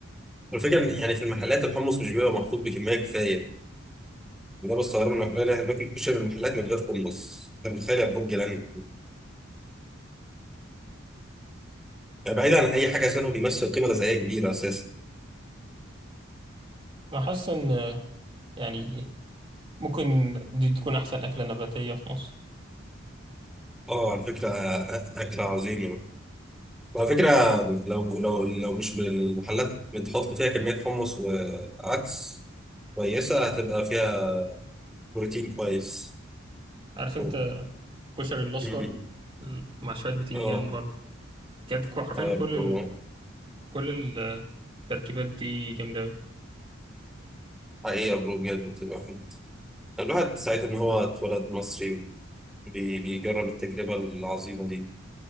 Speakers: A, in the centre; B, on the right (about 25°).
A: الفكره إن يعني في المحلات الحمص مش بيبقى محطوط بكميه كفايه ده بستغرب من الأغنياء اللي احنا بناكل كشري من المحلات من غير حمص انت متخيل يا برج جيران يعني بعيد عن اي حاجه عشان هو بيمثل قيمه غذائيه كبيره اساسا
B: انا حاسس ان آه، يعني ممكن دي تكون احسن اكله نباتيه في مصر
A: اه على فكرة آه، أكل عظيم وعلى فكرة لو لو لو مش من المحلات بتحط فيها كمية حمص وعدس كويسة هتبقى فيها بروتين كويس
B: عارف انت
A: أوه.
B: كشري الاصفر
A: مم.
B: ال- مع شويه بتنجان
A: اه
B: برضه كانت كو- حرفيا
A: اه يا برو
B: كل ال... كل التركيبات دي جامده أوي.
A: حقيقة يا برو بجد الواحد الواحد سعيد إن هو اتولد مصري بي- بيجرب التجربة العظيمة دي